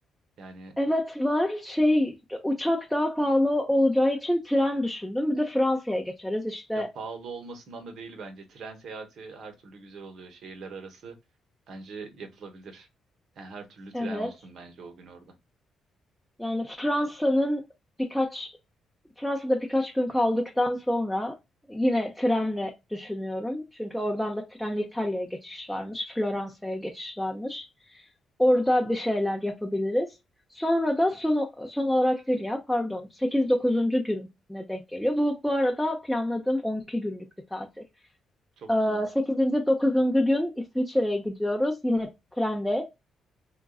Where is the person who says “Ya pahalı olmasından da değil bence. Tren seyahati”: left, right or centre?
Right